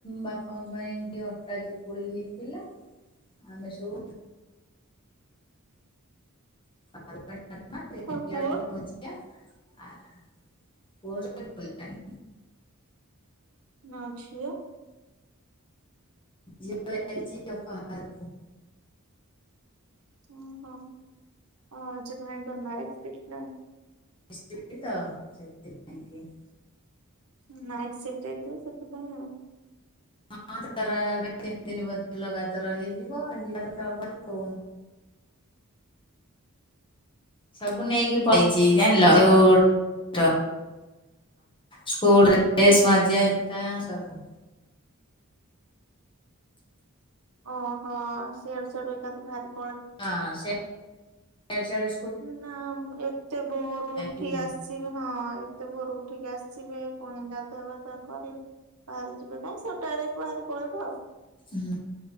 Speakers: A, on the left (about 25°); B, on the right (about 75°).
A: ବାପାଙ୍କ ପାଇଁ କି ଅଟା ଚକୁଳି ହୋଇଥିଲା। ଆମେ ସବୁ <inaudible>
B: ଆଉ ପୁଅ
A: ଆ <inaudible>
B: ନ ଝିଅ।
A: ଝିଅ ଯାଇଛି ଅପା <inaudible> ରୁ।
B: ଓହୋ, ଆଉ ଆଜି ଭାଇଙ୍କ ନାଇଟ୍ ସିଫ୍ଟ ନା?
A: <inaudible> ତ ସେଥିପାଇଁ କି।
B: ନାଇଟ୍ ସିଫ୍ଟ୍ ଯଇଥିବ ସେଥିପାଇଁ ଆଉ।
A: ହଁ, ତାର ନା ତିନି ଦିନ ବ ଲଗାତର ହେଇଯିବ ଆ ଯିବା କଥା ଘରୁକୁ। ସବୁ ନେଇକି ପଳେଇଛି ଜାଣିଲ ଯୋଉ ଟ ସ୍କୁଲ ରେ <inaudible> ସବୁ
B: ଓହୋ, ଶିଆଡ଼ୁ ସିଆଡ଼ୁ ଏକା ତ ଭାରି
A: ଆଁ ସେ ସେଆଡ଼େ
B: ନା ମୁଁ ଏତେ ଭୋଓରୁ ଉଠି
A: କି
B: ଆସ୍ ସିବ ହଁ ଏତେ ଭୋରୁ ଉଠିକି ଆସିବେ ପୁଣି ଗାଧୁଆ ପାଧୁଆ କରି ବାହାରି ଯିବେ କାଇଁ ସୋଟାରେ <unintelligible> ପଳେଇବ ଆଉ।
A: ହୁଁ।